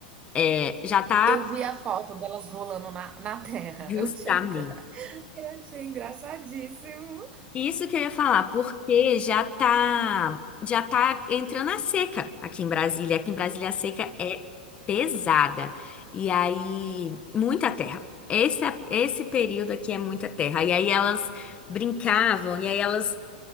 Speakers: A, on the left; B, on the right.
A: é, já tá
B: eu vi a foto delas rolando na na terra,
A: justamente.
B: <laughs> eu achei engra <laughs> eu achei engraçadíssimo.
A: Isso que eu ia falar, porque já tá, já tá entrando a seca aqui em Brasília. Aqui em Brasília a seca é pesada. E aí, muita terra. Esse, esse período aqui é muita terra. E aí elas brincavam, e aí elas